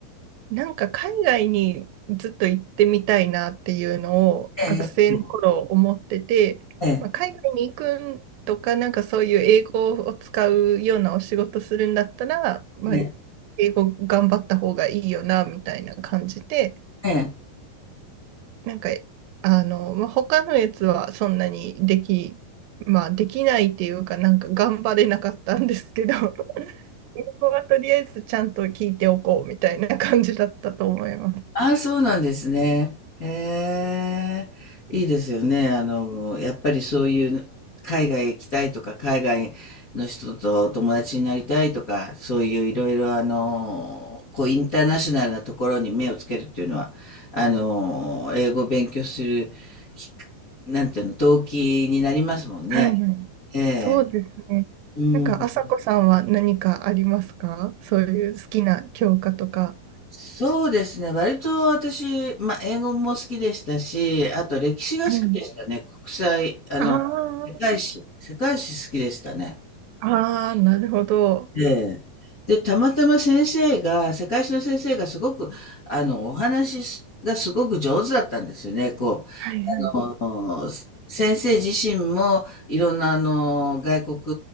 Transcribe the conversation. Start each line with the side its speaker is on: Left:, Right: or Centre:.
Right: なんか海外にずっと行ってみたいなっていうのを学生の頃思ってて、
Left: ええ、ええ、
Right: まあ、海外に行くんとか、なんかそういう英語を使うようなお仕事するんだったら、まあ、
Left: ええ、
Right: 英語頑張った方がいいよなみたいな感じで、
Left: ええ。
Right: なんかあの、まあ、他のやつはそんなにでき、まあ、できないっていうか、なんか頑張れなかったんですけど、<laughs> 英語はとりあえずちゃんと聞いておこうみたいな感じだったと思います。
Left: ああ、そうなんですね。へえ、いいですよね。あの、やっぱりそういう海外行きたいとか、海外の人と友達になりたいとか、そういういろいろあの、こうインターナショナルなところに目をつけるっていうのは、あの、英語を勉強するきっか、なんていうの、動機になりますもんね。
Right: はいはい。
Left: ええ、
Right: そうですね。
Left: うん。
Right: なんか、あさこさんは何かありますかそういう好きな教科とか。
Left: そうですね。割と私、まあ、英語も好きでしたし、あと歴史が好きでしたね。
Right: はい。
Left: 国際、あの、
Right: あ
Left: 世界史、世界史好きでしたね。
Right: あ、ああ、なるほど。
Left: ええ。で、たまたま先生が、世界史の先生がすごく、あの、お話がすごく上手だったんですよね。こ
Right: はいはい
Left: あの先生自身もいろんなあの外